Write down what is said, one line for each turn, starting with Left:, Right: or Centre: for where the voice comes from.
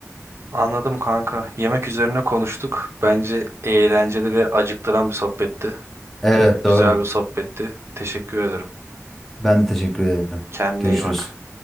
Right: Anladım kanka. Yemek üzerine konuştuk. Bence eğlenceli ve acıktıran bir sohbetti.
Centre: Evet doğru.
Right: Güzel bir sohbetti. Teşekkür ederim.
Centre: Ben de teşekkür ederim.
Right: Kendine
Centre: Görüşürüz.
Right: iyi bak.